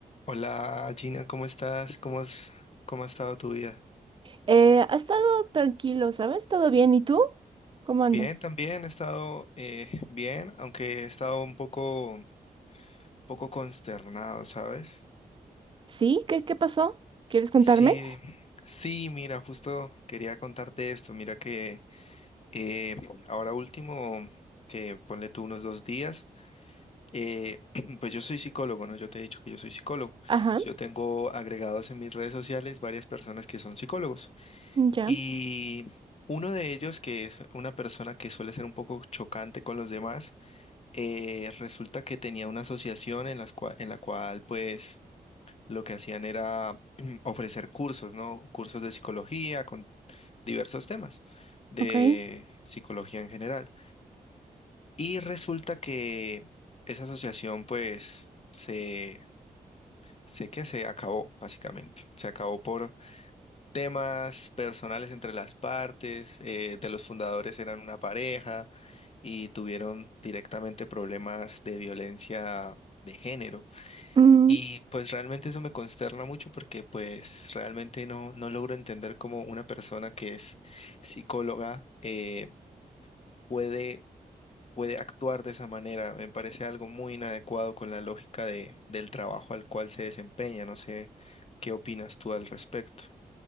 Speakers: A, on the left; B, on the right.
A: Hola Gina, ¿cómo estás? ¿Cómo has, cómo ha estado tu vida?
B: Eh, ha estado tranquilo, ¿sabes? ¿Todo bien? ¿Y tú? ¿Cómo andas?
A: Bien, también he estado eh, bien, aunque he estado un poco, poco consternado, ¿sabes?
B: ¿Sí? ¿Qué, qué pasó? ¿Quieres contarme?
A: Sí, sí, mira, justo quería contarte esto. Mira que eh, ahora último, que ponle tú unos dos días, eh, <clears throat> pues yo soy psicólogo, ¿no? Yo te he dicho que yo soy psicólogo.
B: Ajá,
A: Yo tengo agregados en mis redes sociales varias personas que son psicólogos.
B: ya,
A: Y uno de ellos, que es una persona que suele ser un poco chocante con los demás, eh, resulta que tenía una asociación en las cua- en la cual, pues, lo que hacían era mm, ofrecer cursos, ¿no? Cursos de psicología con diversos temas de
B: ok.
A: psicología en general. Y resulta que esa asociación, pues, se, sé que se acabó, básicamente. Se acabó por temas personales entre las partes, eh, de los fundadores eran una pareja y tuvieron directamente problemas de violencia de género.
B: Mm,
A: Y pues realmente eso me consterna mucho porque pues realmente no, no logro entender cómo una persona que es psicóloga eh, puede, puede actuar de esa manera. Me parece algo muy inadecuado con la lógica de, del trabajo al cual se desempeña. No sé qué opinas tú al respecto.